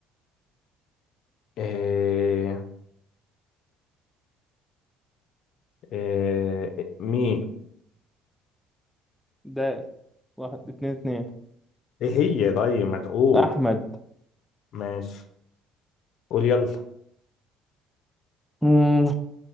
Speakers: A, on the left; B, in the centre.
A: إيه إيه مي
B: دال واحد اتنين اتنين
A: ايه هي طيب ما تقول
B: أحمد
A: ماشي قول يلا
B: مم،